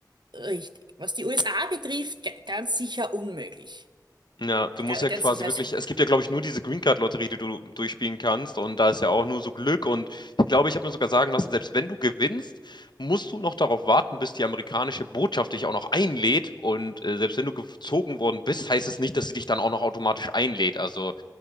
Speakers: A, on the right; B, on the left.
A: richtig. Was die USA betrifft, ga- ganz sicher unmöglich.
B: Ja,
A: Ga-
B: du musst ja
A: Ganz
B: quasi
A: sicher,
B: wirklich
A: also
B: es gibt ja, glaube ich, nur diese Green Card Lotterie, die du durchspielen kannst und da ist ja auch nur so Glück und ich glaube, ich habe mir sogar sagen lassen, selbst wenn du gewinnst, musst du noch darauf warten, bis die amerikanische Botschaft dich auch noch einlädt und, äh, selbst wenn du gezogen worden bist, heißt es nicht, dass sie dich dann auch noch automatisch einlädt. Also,